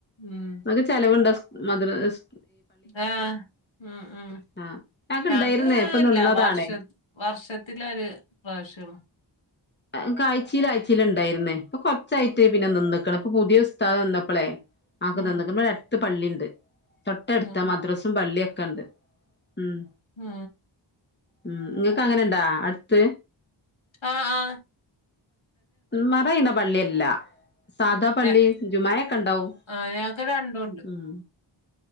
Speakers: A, on the left; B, on the left.
A: ഉം
B: മക്ക് ചെലവുണ്ടോ മത്റസ്-
A: ആഹ് ഉം ഉം
B: ആഹ്
A: ഞങ്ങക്ക്
B: ഇണ്ടായിരുന്നേ
A: ആ
B: ഇപ്പൊ
A: അല്ല
B: നിന്നതാണേ
A: വർഷ വർഷത്തിലൊരു പ്രാവശ്യള്ളു
B: ക്കാ ആഴ്ചിൽ ആഴ്‌ചില് ഉണ്ടായിരുന്നേ ഇപ്പൊ കൊറച്ചായിട്ട് പിന്നെ നിന്നക്ണ- ഇപ്പൊ പുതിയ സ്താന്നപ്പളേ ആക്ക
A: ഉം
B: നിന്ന്ക <unintelligible> അടുത്ത് പള്ളിണ്ട് തൊട്ടടുത്ത്
A: ഉം
B: മദ്രസും പള്ളിയൊക്കെ ഉണ്ട് ഉം
A: ഉഹ
B: ഉം ങ്ങക്ക് അങ്ങനെ ഇണ്ടാ അടുത്ത്
A: ആ ആ
B: മറയിന്ന പള്ളിയല്ല സാദാ
A: ഉം
B: പള്ളി
A: ഞ
B: ജുമായക്കണ്ടാവും
A: ആഹ് ഞങ്ങക്ക് രണ്ടുണ്ട്
B: ഉം